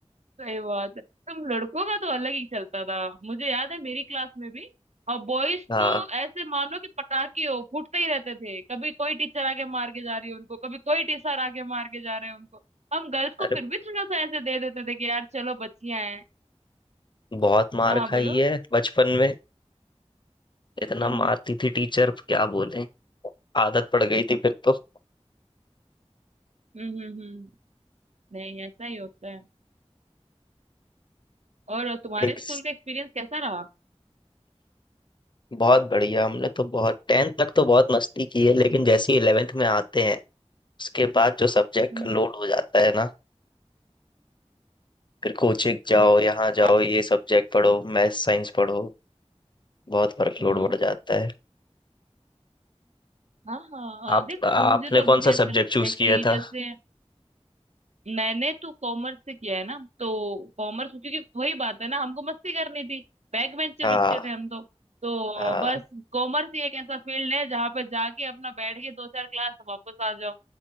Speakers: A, on the right (about 80°); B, on the left (about 45°).
A: सही बात है तुम लड़कों का तो अलग ही चलता था मुझे याद है मेरी क्लास में भी और बॉयज
B: हाँ
A: तो ऐसे मानो कि पटाखे हो फूटते ही रहते थे कभी कोई टीचर आके मार के जा रही है उनको कभी कोई टीचर आके मार के जा रहे हैं उनको हम गर्ल्स को
B: अरे
A: फिर भी थोड़ा सा ऐसे दे देते थे कि यार चलो बच्चियां हैं
B: बहुत मार
A: हाँ हाँ
B: खाई
A: बोलो
B: है बचपन में इतना
A: हम्म
B: मारती
A: हम्म
B: थी टीचर क्या बोले आदत पड़ गई थी फिर तो
A: हम्म हम्म हम्म। नहीं ऐसा ही होता है और तुम्हारे
B: एक
A: स्कूल का एक्सपीरियंस कैसा रहा
B: बहुत बढ़िया हमने तो बहुत टेंथ तक तो बहुत मस्ती की है लेकिन जैसे ही इलेवेंथ में आते हैं उसके बाद जो सब्जेक्ट
A: हम्म
B: का लोड हो जाता है ना फिर कोचिंग जाओ
A: बोलिए बोलिए
B: यहाँ जाओ
A: हाँ
B: ये सब्जेक्ट पढ़ो मैथ साइंस पढ़ो बहुत वर्कलोड
A: हम्म हम्म।
B: बढ़ जाता है
A: हाँ हाँ
B: आप
A: अ, देखो
B: आपने
A: मुझे तो अभी
B: कौन
A: भी
B: सा
A: ऐसा
B: सब्जेक्ट
A: लगता
B: चूज
A: है कि
B: किया था
A: जैसे मैंने तो कॉमर्स से किया है ना तो कॉमर्स क्योंकि वही बात है ना हमको मस्ती करनी थी बैक बेंचर
B: हाँ
A: बच्चे थे हम तो तो
B: हाँ
A: बस कॉमर्स ही एक ऐसा फील्ड है जहाँ पे जाके अपना बैठ के दो चार क्लास वापस आ जाओ